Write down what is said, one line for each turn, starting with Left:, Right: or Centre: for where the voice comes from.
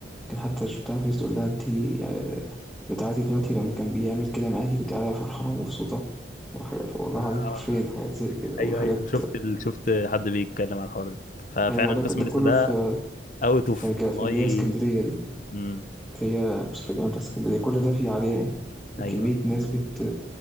Centre: كان حتى شفتها في تقول لها انتي آه، بتاعتي دلوقتي لما كان بيعمل كده معاكي كنت قاعدة فرحانة ومبسوطة وحاجة والله
Left: آه.
Centre: العظيم حرفيا حاجات زي كده
Left: ايوه
Centre: وحاجات
Left: ايوه شفت ال... شفت حد بيتكلم على الحوار ده ففعلا
Centre: أيوة ما ده
Left: قسم
Centre: ده
Left: لسه
Centre: كله
Left: ده
Centre: في
Left: اوت اوف
Centre: في ك-
Left: ماي
Centre: في اللي هي اسكندرية دي
Left: امم
Centre: في هي بس في الجامعة بتاعت اسكندرية كل ده فيه عليها يعني وكمية
Left: ايوه ايوه
Centre: ناس بت